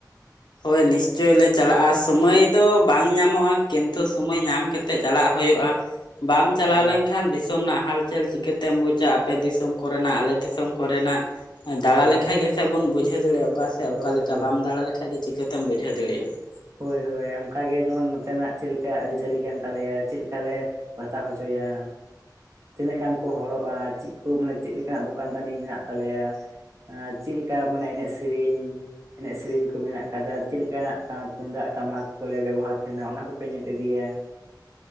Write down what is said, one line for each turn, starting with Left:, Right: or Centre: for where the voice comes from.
Left: ᱦᱳᱭ ᱱᱤᱥᱪᱚᱭ ᱞᱮ ᱪᱟᱞᱟᱜᱼᱟ, ᱥᱳᱢᱟᱹᱭ ᱫᱚ ᱵᱟᱝ ᱧᱟᱢᱚᱜᱼᱟ ᱠᱤᱱᱛᱩ ᱥᱳᱢᱚᱭ ᱧᱟᱢ ᱠᱟᱛ ᱛᱮ ᱪᱟᱞᱟᱜ ᱦᱩᱭᱩᱜᱼᱟ ᱾ ᱵᱟᱢ ᱪᱟᱞᱟᱣ
Right: ᱦᱳᱭ
Left: ᱞᱮᱱᱠᱷᱟ ᱠᱷᱟᱱ ᱫᱤᱥᱚᱢ ᱨᱮᱱᱟᱜ ᱦᱟᱞᱪᱟᱞ ᱪᱤᱠᱟᱹᱛᱮᱢ ᱵᱩᱡᱟ ᱟᱯᱮ ᱫᱤᱥᱚᱢ ᱠᱚᱨᱮᱱᱟᱜ ᱟᱞᱮ ᱫᱤᱥᱚᱢ ᱠᱚᱨᱮᱱᱟᱜ ᱫᱟᱲᱟ
Right: ᱦᱳᱭ
Left: ᱞᱮᱠᱷᱟᱡ ᱜᱮᱥᱮ ᱵᱚᱱ ᱵᱩᱡᱷᱟᱹᱣ ᱫᱟᱲᱮᱭᱟᱜᱼᱟ ᱚᱠᱟᱥᱮᱡ
Right: ᱦᱳᱭ
Left: ᱚᱠᱟᱮ ᱞᱮᱠᱟ
Right: ᱦᱳᱭ
Left: ᱵᱟᱢ ᱫᱟᱲᱟ ᱞᱮᱠᱷᱟᱡ ᱪᱤᱠᱟᱹᱛᱮᱢ ᱵᱩᱡᱷᱟᱹᱣ ᱫᱟᱲᱮᱭᱟᱜᱼᱟ ᱾
Right: ᱦᱳᱭ ᱦᱳᱭ ᱚᱱᱠᱟᱜᱮ ᱡᱮᱢᱚᱱ ᱱᱚᱛᱮᱱᱟᱜ ᱪᱮᱫ ᱞᱮᱠᱟ ᱟᱹᱨᱤᱪᱟᱹᱞᱤ ᱠᱟᱱ ᱛᱟᱞᱮᱭᱟ ᱪᱮᱫᱠᱟ ᱞᱮ ᱯᱟᱛᱟ ᱦᱚᱪᱚᱭᱟ ᱾ ᱛᱤᱱᱟᱹᱜ ᱜᱟᱱ ᱠᱚ ᱦᱚᱲᱚᱨᱚᱜᱼᱟ ᱾ ᱪᱮᱜ ᱠᱚ ᱢᱟᱱᱮ ᱪᱮᱫ ᱞᱮᱠᱟᱱᱟᱜ ᱫᱚᱠᱟᱱ ᱫᱟᱱᱤ ᱢᱮᱱᱟᱜ ᱛᱟᱞᱮᱭᱟ ᱾ ᱪᱮᱫ ᱞᱮᱠᱟ ᱢᱟᱱᱮ ᱮᱱᱮᱡ ᱥᱮᱨᱮᱧ ᱮᱱᱮᱡ ᱥᱮᱨᱮᱧ ᱠᱚ ᱢᱮᱱᱟᱜ ᱟᱠᱟᱫᱟ ᱪᱮᱫ ᱞᱮᱠᱟᱱᱟᱜ ᱛᱟᱸᱠ ᱛᱩᱢᱫᱟᱜ ᱴᱟᱢᱟᱠ ᱠᱚᱞᱮ ᱵᱮᱵᱚᱦᱟᱨ ᱛᱟᱦᱮᱱᱟ ᱚᱱᱟ ᱠᱚᱯᱮ ᱧᱮᱞ ᱤᱫᱤᱭᱟ ᱾